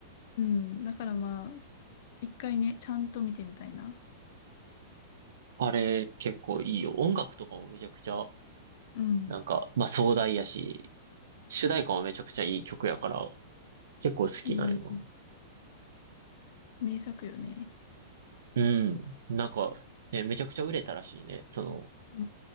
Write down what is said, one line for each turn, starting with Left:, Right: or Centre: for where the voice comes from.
Left: うん。だからまあ、一回ね、ちゃんと見てみたいな。
Right: あれ結構いいよ。音楽とかもめちゃくちゃ、
Left: うん。
Right: なんか、まあ壮大やし、主題歌もめちゃくちゃいい曲やから、結構好きなんよ
Left: いい、名作よね。
Right: な。うん。なんか、ね、めちゃくちゃ売れたらしいね。その、
Left: うん